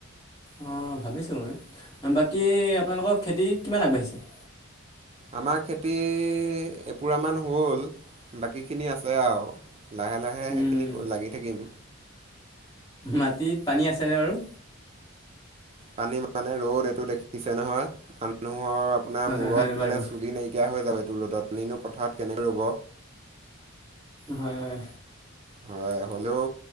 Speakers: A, on the left; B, on the right.
A: অ ভাবিছিলো বাকী আপোনালোকৰ খেতি কিমান আগবাঢ়িছে?
B: আমাৰ খেতি এপোৰা মান হ'ল বাকীখিনি আছে আও। লাহে লাহে
A: উম,
B: সেইখিনি লাগি থাকিম।
A: মাটিত পানী আছেনে বাৰু।
B: পানী মানে ৰ'দ এইটো দেখিছে নহয় আন ও ম আপোনাৰ
A: হয়
B: মূৰত
A: হয় হয় বাৰু
B: মানে চুলি নাইকিয়া হৈ যাব। টো ৰ'দত নি নু পথাৰত কেনেকে ৰুব?
A: হয় হয়।
B: হয় হলেও